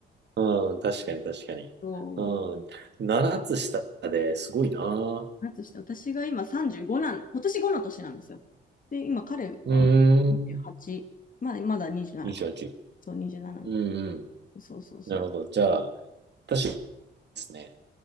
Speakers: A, on the right; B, on the left.
A: うん、確かに確かに。
B: そう。
A: うん。7つ下ですごいな。
B: なんとして、私が今35なん、今年5の年なんですよ。で、今彼は28、
A: うーん。
B: まあ、まだ27か。
A: 28。
B: そう、27なな
A: うんうん。
B: の。そうそうそ
A: なるほど。じゃあ、私ですね。